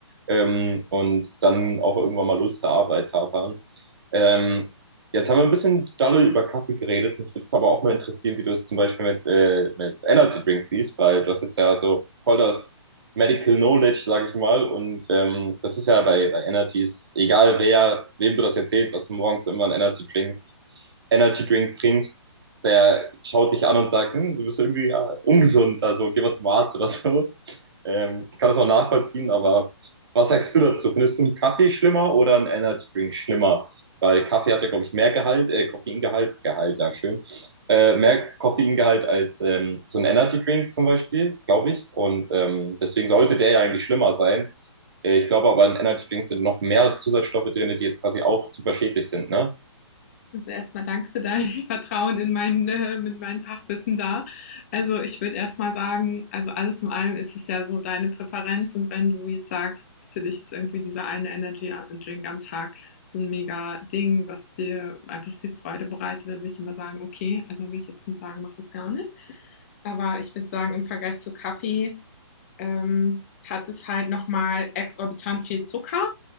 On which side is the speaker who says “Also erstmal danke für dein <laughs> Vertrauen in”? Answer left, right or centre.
Left